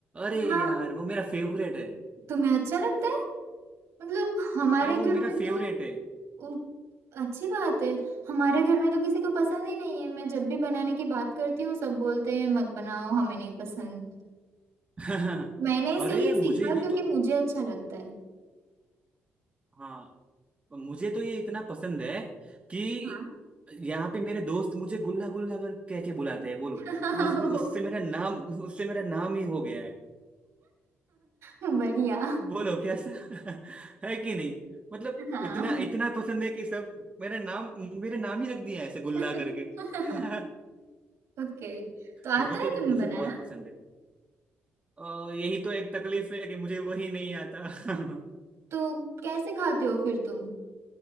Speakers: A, on the right; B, on the right.
A: अरे
B: हाँ
A: यार वो मेरा फेवरेट है
B: तुम्हें अच्छा लगता है मतलब हमारे
A: अरे वो
B: घर
A: मेरा
B: में
A: फेवरेट
B: तो
A: है
B: उ- अच्छी बात है हमारे घर में तो किसी को पसंद ही नहीं है मैं जब भी बनाने की बात करती हूँ सब बोलते हैं मत बनाओ हमें नहीं पसंद
A: <laughs>
B: मैंने इसलिए
A: अरे मुझे
B: सीखा
A: ये
B: क्योंकि
A: तो
B: मुझे अच्छा लगता है
A: हाँ मुझे तो ये इतना पसंद है कि
B: हाँ
A: यहाँ पे मेरे दोस्त मुझे गुल्ला गुल्ला कर कह के बुलाते हैं बोलो
B: <laughs>
A: उस उससे मेरा नाम उससे मेरा नाम ही हो गया है
B: हाँ बढ़िया
A: बोलो कैसा <laughs> है कि नहीं मतलब
B: हाँ
A: इतना इतना पसंद है कि सब मेरा नाम मेरा नाम ही रख दिया है ऐसे गुल्ला
B: <laughs>
A: करके
B: हाँ
A: <laughs>
B: ओके तो आता
A: वो तो
B: है
A: मुझे
B: तुम्हें बनाना
A: बहुत पसंद है अ, यही तो एक तकलीफ है कि मुझे वही नहीं आता <laughs>
B: तो कैसे खाते हो फिर तुम